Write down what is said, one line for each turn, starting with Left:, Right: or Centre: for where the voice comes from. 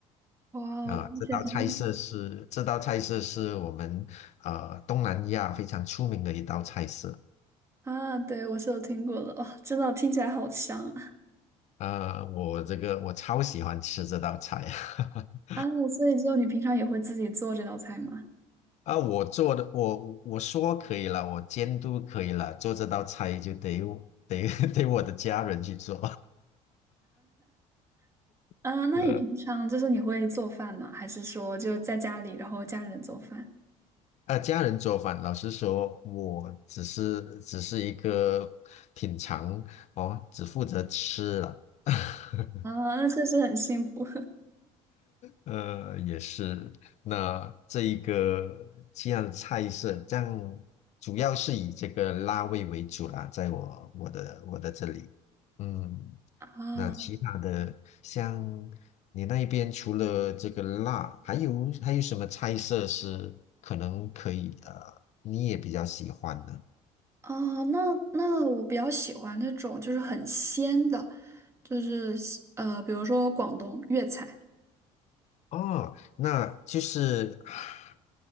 Right: 哇，
Left: 啊。
Right: 听起来真的
Left: 这道菜色是这道菜色是我们呃东南亚非常出名的一道菜色。
Right: 啊，对，我是有听过的，哦，真的听起来好香啊！
Left: 呃，我这个我超喜欢吃这道菜。<laughs>
Right: 啊，所以就你平常也会自己做这道菜吗？
Left: 啊，我做的，我我说可以了，我监督可以了，做这道菜就得我得 <laughs> 得我的家人去做，
Right: 啊，
Left: <laughs>
Right: 那你平常就是你会做饭吗？
Left: 呃
Right: 还是说就在家里，然后家人做饭？
Left: 啊，家人做饭，老实说，我只是只是一个品尝哦，只负责吃了。<laughs>
Right: 啊，那确实很幸福
Left: 呃，也是。那这一个这样的菜色，这样主要是以这个辣味为主啦，在我我的我的这里，嗯，
Right: <laughs> 啊
Left: 那其他的像你那边除了这个辣，还有还有什么菜色是可能可以呃，你也比较喜欢的？
Right: 啊！那那我比较喜欢那种就是很鲜的，就是呃，比如说广东粤菜，
Left: 哦，那就是海